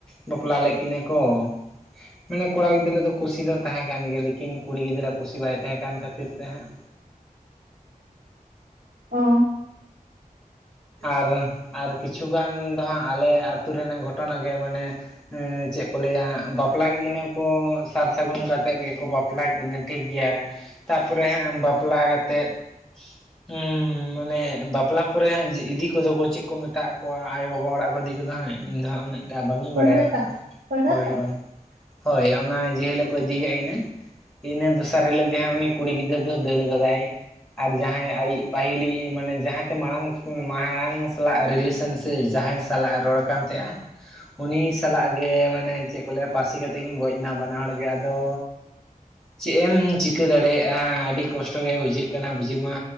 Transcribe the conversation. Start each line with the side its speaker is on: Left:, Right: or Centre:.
Centre: ᱵᱟᱯᱞᱟ ᱞᱮᱫ ᱠᱤᱱᱟᱹ ᱠᱚ, ᱢᱟᱱᱮ ᱠᱚᱲᱟ ᱜᱤᱫᱽᱨᱟᱹ ᱫᱚ ᱠᱩᱥᱤ ᱫᱚ ᱛᱟᱦᱮᱸ ᱠᱟᱱ ᱜᱮᱭᱟ ᱞᱮᱠᱤᱱ ᱠᱩᱲᱤ ᱜᱤᱫᱽᱟᱹᱨᱼᱟᱜ ᱠᱩᱥᱤ ᱵᱟᱭ ᱛᱟᱦᱮᱸ ᱠᱟᱱ ᱠᱷᱟᱹᱛᱤᱨ ᱛᱮ ᱦᱟᱸᱜ,
Right: ᱚ ᱾
Centre: ᱟᱨ ᱟᱨ ᱠᱤᱪᱷᱩ ᱜᱟᱱ ᱫᱚ ᱦᱟᱸᱜ ᱟᱞᱮ ᱟᱹᱛᱩ ᱨᱮᱱᱟᱜ ᱜᱷᱚᱴᱚᱱᱟ ᱜᱮ ᱢᱟᱱᱮ ᱪᱮᱫ ᱠᱚ ᱞᱟᱹᱭᱟ ᱵᱟᱯᱞᱟ ᱠᱮᱜ ᱠᱤᱱᱟᱹ ᱠᱚ ᱥᱟᱨ ᱥᱟᱹᱜᱩᱱ ᱠᱟᱛᱮᱫ ᱜᱮᱠᱚ ᱵᱟᱯᱞᱟ ᱠᱮᱜ ᱠᱤᱱᱟᱹ ᱴᱷᱤᱠ ᱜᱮᱭᱟ ᱛᱟᱯᱚᱨᱮ ᱦᱟᱸᱜ ᱵᱟᱯᱞᱟ ᱠᱟᱛᱮᱜ ᱦᱩᱸ ᱢᱟᱱᱮ ᱵᱟᱯᱞᱟ ᱯᱚᱨᱮ ᱦᱟᱸᱜ ᱡᱮ ᱤᱫᱤ ᱠᱚᱫᱚ ᱠᱚ ᱪᱮᱫ ᱠᱚ ᱢᱮᱛᱟᱜ ᱟᱠᱚᱣᱟ ᱟᱭᱳ ᱵᱟᱵᱟ ᱚᱲᱟᱜ ᱠᱚ ᱤᱫᱤ ᱠᱚᱫᱚ ᱦᱟᱸᱜ ᱤᱧ ᱫᱚ ᱦᱟᱸᱜ ᱩᱱᱟᱹᱜ ᱴᱟ ᱵᱟᱝᱤᱧ
Right: ᱯᱟᱹᱲᱦᱟᱹᱛᱟ
Centre: ᱵᱟᱰᱟᱭᱼᱟ
Right: ᱯᱟᱹᱲᱦᱟᱹᱛᱟ
Centre: ᱦᱳᱭ ᱦᱳᱭ
Right: ᱦᱮᱸ
Centre: ᱾ ᱦᱳᱭ ᱚᱱᱟ ᱡᱮ ᱦᱤᱞᱳᱜ ᱠᱚ ᱤᱫᱤᱭ ᱦᱮᱡ ᱮᱱᱟ ᱤᱱᱟᱹ ᱫᱚᱥᱟᱨ ᱦᱤᱞᱳᱜ ᱜᱮ ᱦᱟᱸᱜ ᱩᱱᱤ, ᱠᱩᱲᱤ ᱜᱤᱫᱽᱨᱟᱹ ᱫᱚ ᱫᱟᱹᱲ ᱠᱟᱫᱟᱭ ᱟᱨ ᱡᱟᱦᱟᱸᱭ ᱟᱡᱤᱡ ᱯᱟᱹᱦᱤᱞᱤᱡ ᱢᱟᱱᱮ ᱡᱟᱸᱦᱟᱛᱮ ᱢᱟᱲᱟᱝ ᱢᱟᱲᱟᱝ ᱥᱟᱞᱟᱜ ᱨᱤᱞᱮᱥᱚᱱ ᱥᱮ ᱡᱟᱸᱦᱟᱭ ᱥᱟᱞᱟᱜ ᱮ ᱨᱚᱲ ᱠᱟᱱ ᱛᱟᱦᱮᱸᱫᱼᱟ ᱩᱱᱤ ᱥᱟᱞᱟᱜ ᱜᱮ ᱢᱟᱱᱮ ᱪᱮᱫ ᱠᱚ ᱞᱟᱹᱭ ᱟ ᱯᱟᱹᱥᱤ ᱠᱟᱛᱮᱫ ᱠᱤᱱ ᱜᱚᱡ ᱱᱟ ᱵᱟᱱᱟ ᱦᱚᱲ ᱜᱮ ᱟᱫᱚ, ᱪᱮᱜ ᱮᱢ ᱪᱤᱠᱟᱹ ᱫᱟᱲᱮᱭᱟᱜᱼᱟ ᱟᱹᱰᱤ ᱠᱚᱥᱴᱚ ᱜᱮ ᱵᱩᱡᱷᱟᱹᱜ ᱠᱟᱱᱟ ᱵᱩᱡᱷᱟᱹᱣ ᱢᱟ